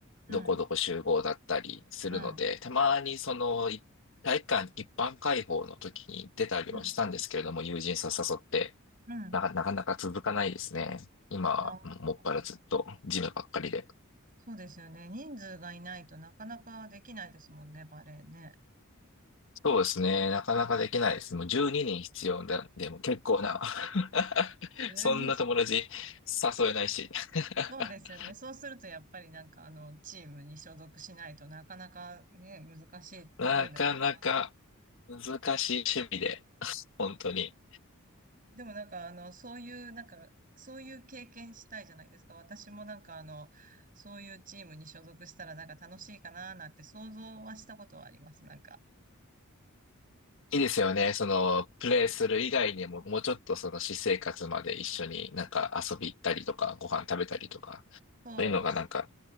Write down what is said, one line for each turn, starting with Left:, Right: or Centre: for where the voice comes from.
Right: うん、
Left: どこどこ集合だったりするので、
Right: うん、
Left: たまにその、い体育館一般開放の時に出たりはしたんですけれども、
Right: うん、
Left: 友人さ誘って、
Right: うん。
Left: なかなかなか続かないですね。今は、
Right: あの、
Left: もっぱらずっと、ジムばっかりで。
Right: そうですよね。人数がいないとなかなかできないですもんね、バレーね。
Left: そうですね。なかなかできないです。もう12人必要だ。でも結構な。<laughs>
Right: 1人。
Left: そんな友達誘えないし。<laughs>
Right: そうですよね。そうするとやっぱりなんかあの、チームに所属しないとなかなかね、難しいところではあります。
Left: なかなか難しい趣味で、本当に。
Right: でもなんかあの、そういう、なんか、そういう経験したいじゃないですか。私もなんかあの、そういうチームに所属したらなんか楽しいかななんて想像はしたことはあります。なんか。
Left: いいですよね。その、プレイする以外にも、
Right: うん
Left: もうちょっとその私生活まで一緒になんか遊び行ったりとか、ご飯食べたりとか、
Right: そう、
Left: そういうのがなんか、